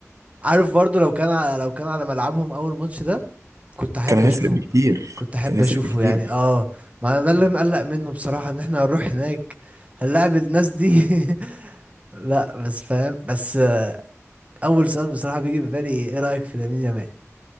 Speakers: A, on the right (about 25°); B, on the right (about 85°).
A: عارف برضو لو كان على لو كان على ملعبهم اول ماتش ده كنت احب
B: كان هيفرق
A: اشوفه
B: بكتير
A: كنت احب
B: كان هيفرق
A: اشوفه
B: بكتير
A: يعني اه ما انا ده اللي مقلق منه بصراحه ان احنا هنروح هناك هنلاعب الناس دي <laughs> لا بس فاهم بس آه، اول سؤال بصراحه بيجي في بالي ايه رايك في لامين يامال